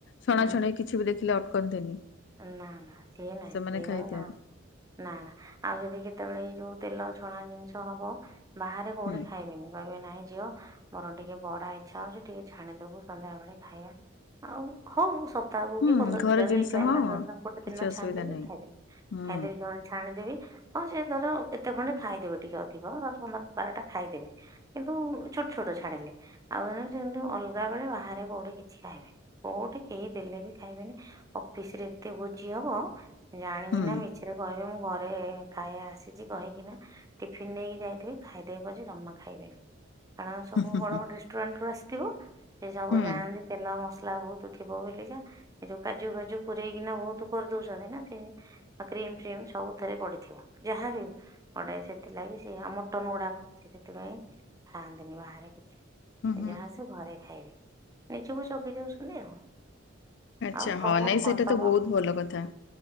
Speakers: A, on the left (about 55°); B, on the right (about 15°).
A: ଛଣାଛଣି
B: ହୁଁ
A: କିଛି ବି ଦେଖିଲେ ଅଟକନ୍ତିନି।
B: ନା ନା ସେ ନାହିଁ
A: ସେମାନେ
B: ସେ କହିବେ
A: ଖାଇଥାନ୍ତି।
B: ନା ନା ନା ଆମେ ବି କେତେବେଳେ ଏଇ ଯୋଉ ତେଲ ଛଣା ଜିନିଷ ହବ ବାହାରେ କୋଉଠି
A: ହୁଁ
B: ଖାଇବେନି। କହିବେ ନାଇଁ ଝିଅ ମୋର ଟିକେ ବରା ଇଚ୍ଛା ହଉଛି ଟିକେ ଛାଣିଦବୁ ସନ୍ଧ୍ୟାବେେଳେ ଖାଇବା। ଆଉ ହଁ ମୁଁ ସପ୍ତାହକୁ
A: ହୁଁ
B: କି ପନ୍ଦର
A: ଘର
B: ଦିନ
A: ଜିନିଷ
B: ହେଲା
A: ହଁ
B: ଦନ ଗୋଟେ
A: କିଛି
B: ଦିନ
A: ଅସୁବିଧା
B: ଛାଣିଦେଲି
A: ନାହିଁ।
B: ଖାଇଦେଲି,
A: ହୁଁ
B: ଖାଇଦେଲି ଜଣ ଛାଣିଦେବି ହଉ ସେ ଧର ଏତେ ଖଣ୍ଡେ ଖାଇଦେବେ ଟିକେ ଅଧିକ ଦଶ, ପନ୍ଦର, ବାରଟା ଖାଇଦେବେ କିନ୍ତୁ ଛୋଟ ଛୋଟ ଛାଣିଲେ ଆଉ ଅଲଗା ବେଳେ ବାହାରେ କୋଉଠି କିଛି ଖାଇବେନି। କୋଉଠି କେହି ଦେଲେ ବି ଖାଇବେନି ଅଫିସ ରେ ଏତେ ଭୋଜି ହବ ଜାଣିକି
A: ହୁଁ
B: ନା ମିଛରେ କହିବେ ମୁଁ ଘରେ ଖାଇବା ଆସିଛି କହିକିନା ଟିଫିିନ ନେଇକି ଯାଇଥିବି ଖାଇଦେବେ ପଛେ ଜମା ଖାଇବେନି। କାରଣ ସବୁ
A: ହୁଁ ହୁଁ
B: ବଡ
A: ହୁଁ
B: ରେଷ୍ଟୁରାଣ୍ଟରୁୁ ଆସିଥିବୁ ସେ ସବୁ
A: ହୁଁ
B: ଜାଣନ୍ତି ତେଲ ମସଲା ବହୁତ ଥିବ ବୋଲିକା ଏ ଯୋଉ କ କାଜୁ ଫାଜୁ ପୁରରେଇକିନା ବହୁତ କରିଦଉଛନ୍ତି ନା ଆ କ୍ରିମ ଫ୍ରିମ ସବୁଥିରେ ପଡିଥିବ ଯାହା ବିି ହଉ। ପଡ଼େ ସେଥିଲାଗି ସେଏ ଆଉ ମଟନ ଗୁଡାକ ସେ ସେଥିପାଇଁ ଖାଆନ୍ତିନି ବାହାରେ କିଛି।
A: ହୁଁ ହୁଁ।
B: ଯାହା ସେ ଘରେ ଖାଇବେ ନିଜକୁ ଜଗି ଯାଉଛନ୍ତି ଆଉ।
A: ଆଚ୍ଛା,
B: ଆଉ
A: ହଁ
B: ତମର
A: ନାଇଁ
B: କ'ଣ
A: ସେଇଟା
B: ତମର
A: ତ ବହୁତ ଭଲ କଥା।